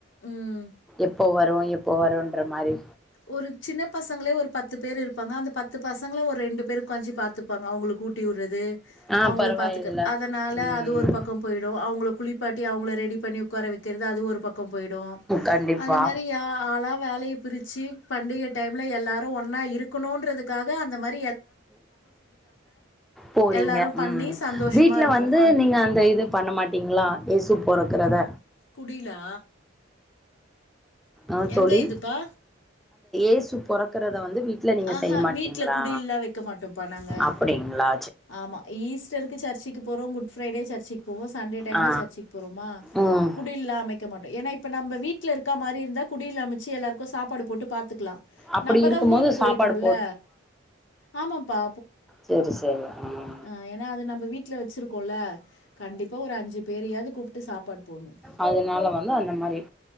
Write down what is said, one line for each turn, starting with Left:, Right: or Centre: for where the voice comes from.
Left: ம்
Centre: எப்போ வரவாய் எப்போ வரும்ன்ற மாரி
Left: ஒரு சின்ன பசங்களே ஒரு பத்து பேர் இருப்பாங்க அந்த பத்து பசங்கள ஒரு ரெண்டு பேர் உட்காஞ்சி பாத்துப்பாங்க அவங்களுக்கு ஊட்டி விடுறது
Centre: ஆ
Left: அவங்கள
Centre: பரவாயில்ல
Left: பத்தூக்க அதனால
Centre: ம்
Left: அது ஒரு பக்கம் போயிடும் அவங்கள குளிப்பாட்டி அவங்கள ரெடி பண்ணி உட்கார வைக்கிறது அது ஒரு பக்கம் போயிடும்
Centre: கண்டிப்பா
Left: அந்த மாதிரி ஆளா வேலைய பிரிச்சு பண்டிக டைம்ல எல்லாரும் ஒண்ணா இருக்கணும்ன்றதுக்காக அந்த மாதிரி
Centre: போறீங்க
Left: எல்லாரும்
Centre: உம்
Left: பண்ணி சந்தோஷமா
Centre: வீட்டுல
Left: இருப்போம்.
Centre: வந்து நீங்க அந்த இது பண்ண மாட்டீங்களா ஏசு போறக்கிறத
Left: குடிலா
Centre: ஆ தோழி
Left: எந்த இதுப்பா?
Centre: ஏசு பொறக்கறத வந்து வீட் ல நீங்க
Left: ஆஹ
Centre: செய்ய மாட்டீங்களா
Left: வீட்ல குடில்லாம் வைக்க மாட்டோம்ப்பா நாங்க.
Centre: அப்படிங்களா
Left: ஆமா ஈஸ்டருக்கு சர்ச்சக்கு போறோம் கூ ஃப்ரைடே சர்ச்சுக்கு போவோ சண்டே டைம்ல
Centre: ஆ
Left: சர்ச்சுக்கு போறோமா
Centre: ம்
Left: குடில்லா அமைக்க மாட்டோம் எனாப் இப்ப நம்ம வீட்டல இருக்கா மாதிரி இருந்தா குடில் அமைச்சு எல்லாருக்கு சாப்பாடு போட்டு பாத்துக்கலாம்
Centre: அப்டி
Left: நம்மதா
Centre: இருக்கும்
Left: ஊருக்கு
Centre: போது
Left: போயிட்டுறோம்ல
Centre: சாப்பாடு
Left: ஆமா பா
Centre: சரி சரி ம்
Left: ஆ ஏன்னா அது நம் வீட் ல வச்சிருக்கோம்ல கண்டிப்பா ஒரு அஞ்சு பேறையாவது கூப்ட்டு சாப்பாடு போணும்
Centre: அதனால வந்து அந்த மாரி